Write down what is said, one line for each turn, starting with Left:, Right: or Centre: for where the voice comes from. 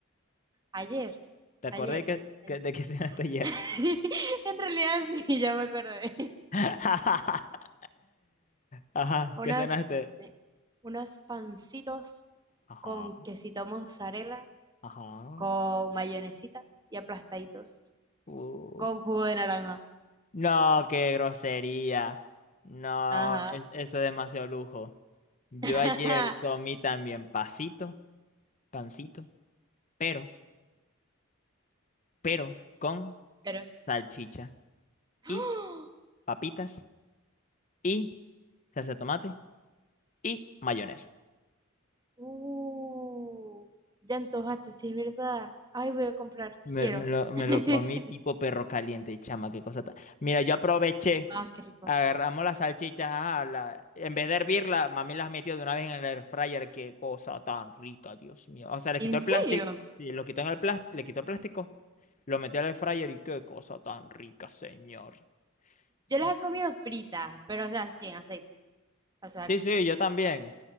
Right: Ayer,
Left: Te acordé
Right: ayer.
Left: que,
Right: ayer.
Left: que- de que cenaste ayer.
Right: <laughs> En realidad sí, <laughs> ya me acordé.
Left: <laughs> Ajá,
Right: Unas,
Left: ¿qué cenaste.
Right: eh, unos pancitos
Left: Ajá,
Right: con quesito mozzarella,
Left: ajá.
Right: con mayonesita y aplastaditos,
Left: Uh.
Right: con jugo de naranja.
Left: No, qué grosería. No,
Right: Ajá.
Left: es- eso es demasiado lujo. Yo
Right: <laughs>
Left: ayer comí también pasito, pancito, pero, pero con
Right: Pero.
Left: salchicha
Right: <gasps>
Left: y papitas y salsa de tomate y mayonesa.
Right: ¡Oh! Uh, ya antojaste, sí es verdad. Ay, voy a comprar, si
Left: Me,
Right: quiero.
Left: me lo, me
Right: <laughs>
Left: lo comí tipo perro caliente, chama, qué cosa tan... Mira, yo aproveché.
Right: Ah, qué rico.
Left: Agarramos las salchichas, ajá, la- en vez de hervirla, mami las metió de una vez en el air fryer. Qué cosa tan rica, Dios mío. O sea, le
Right: ¿En
Left: quitó el
Right: serio?
Left: plástico, y lo quitó en el plástico, le quitó el plástico, lo metió al air fryer y qué cosa tan rica, señor.
Right: Yo
Left: Di-
Right: las he comido fritas, pero o sea, sin aceite. O sea,
Left: Sí, sí, yo también.